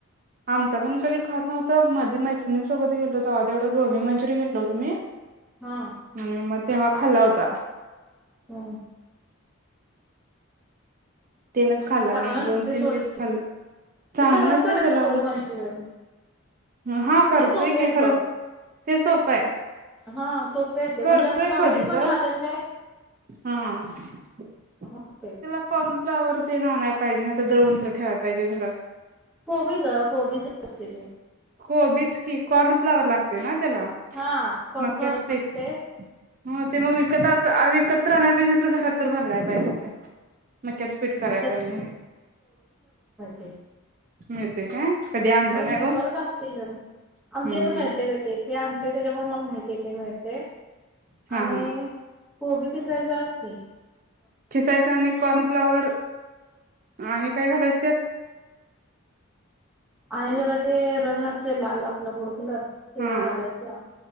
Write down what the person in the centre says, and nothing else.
हा,
हम्म.
चांगलं
नसतय
सोड
ते
ते घरात
करायचं
कोबी मंचुरियन
ते सोपे
आहेत
बघ
हा सोपे आहे ते म्हणजे
त्याला नॉनव्हेज
पण
लागत नाही
होतय
कोबी गं कोबीच असते ते,
हा कॉर्नफ्लॉवर
लागतय
<inaudible>
ते.
होय
दुकानत
असतय गं
आमच्या हीत मिळतय
गं ते आणतोय त्याच्यामुळे मला माहिती हाय. ते मिळतेय,
आणि
कोबी साय असते
आणि जरा ते रंग असे लाल आपला फुड कलर, ते
जर घालायचं